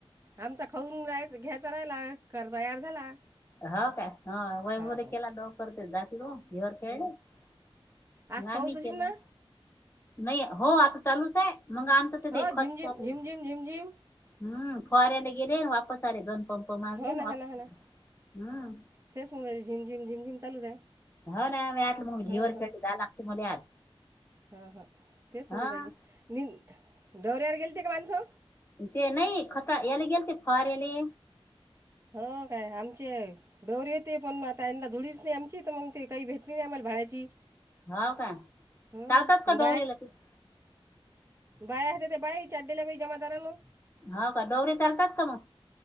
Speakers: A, on the right (about 30°); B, on the left (about 25°).
A: आमचा खाऊन राहायच घ्यायच राहिला खरं तयार झाला
B: हो का ह वैभवले
A: हा हो
B: केला न करते जातील इवर ख
A: हो
B: नाही
A: आज पाऊस
B: मी
A: असेल
B: केला
A: ना
B: नाही हो आता चालूच आहे मग आमचच ते
A: हो
B: ते खत
A: झिमझिम
B: चालु
A: झिमझिम
B: आहे
A: झिमझिम
B: हम्म फवाऱ्याला गेले वापस आले दोन पंप मारले
A: हो ना
B: वा
A: हा ना हा ना
B: हम्म
A: तेच मुगई झिम झिम झिम झिम चालूच आहे.
B: हो ना मी आटलं मग
A: हां
B: लवर कट जाल लागते मले आज
A: हा हा तेच
B: हा
A: म्हणून राहिली नि दौऱ्यावर गेलते का माणसं?
B: ते नाही खता याला गेलते फवाऱ्याले
A: हो काय आमचे डोरी येते पण आता यंदा धुळीच नाही आमची तर मग ते काही भेटली नाही आम्हाला भाड्याची
B: हो का
A: हं.
B: चालतात का डोरीयाला ते
A: बाया होत्या त्या बायाही चाट दिल्या बाई जमादारानं
B: हाव का डोरी चालतात का मग?